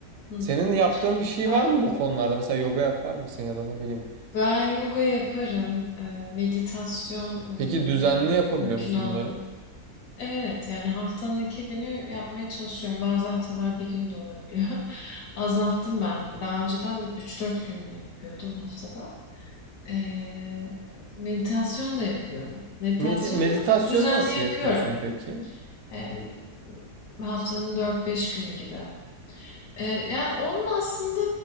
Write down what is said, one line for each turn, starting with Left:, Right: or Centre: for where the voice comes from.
Left: Hmm.
Right: Senin yaptığın bir şey
Left: Ben
Right: var mı bu konularda? Mesela yoga yapar mısın ya da ne bileyim.
Left: ben yoga yaparım, e, meditasyon hani
Right: Peki
Left: böyle
Right: düzenli yapabiliyor
Left: mümkün
Right: musun
Left: olan
Right: bunları?
Left: Evet, yani haftanın 2 günü yapmaya çalışıyorum. Bazı haftalar bir gün de olabiliyor. <laughs> Azalttım ben. Daha önceden üç dört gün yapıyordum haftada. Ee, meditasyon da yapıyorum. Meditasyonu
Right: Medi- meditasyon
Left: düzenli
Right: nasıl
Left: yapıyorum.
Right: yapıyorsun peki?
Left: Ee, haftanın dört beş günü gibi. Eee, ya, onun aslında